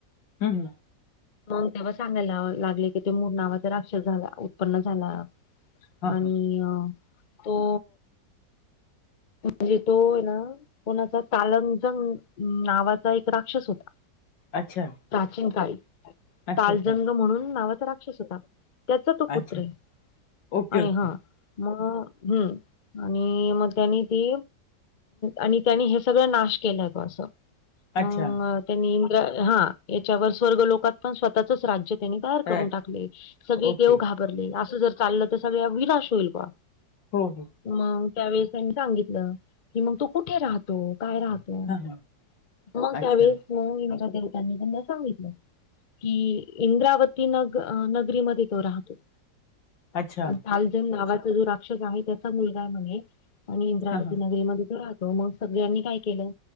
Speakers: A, on the left; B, on the left.
A: हम् हं.
B: मग तेव्हा सांगायला लागले की ते मूर नावाचा राक्षस झाला उत्पन्न झाला.
A: हां,
B: आणि
A: हां.
B: अ तो. म्हणजे तो ये ना कोणाचा तालंजंग नावाचा एक राक्षस होता.
A: अच्छा.
B: प्राचीन काळी
A: अच्छा,
B: तालजंग
A: अच्छा.
B: म्हणून नावाचा राक्षस होता त्याचा तो पुत्र
A: अच्छा.
B: आहे.
A: ओके,
B: आणि
A: ओके.
B: हा मग हं आणि मग त्यांनी ती. आणि त्यांनी हे सगळं नाश केल बा असं. मग
A: अच्छा.
B: त्यांनी इंद्रा हा याच्यावर स्वर्ग लोकात पण स्वतःचच राज्य. त्यांनी तयार करून
A: राईट.
B: टाकले सगळे
A: ओके.
B: देव
A: हो,
B: घाबरले असं जर चाललं तर सगळ विनाश होईल बा.
A: हो हो.
B: मंग त्यावेळेस त्यांनी सांगितलं की मग कुठे राहतो काय राहतो.
A: हां, हां.
B: मग त्यावेळेस
A: अच्छा.
B: म इंद्रा देवतांनी त्यांना सांगितलं. कि इंद्रावती नग नगरीमध्ये तो राहतो.
A: अच्छा.
B: तालंजन्ग नावाचा जो राक्षस आहे त्याचा मुलगा म्हणे आणि इंद्रावती
A: हां, हां.
B: नगरीमध्ये तो राहतो. त मग सगळ्यांनी काय केलं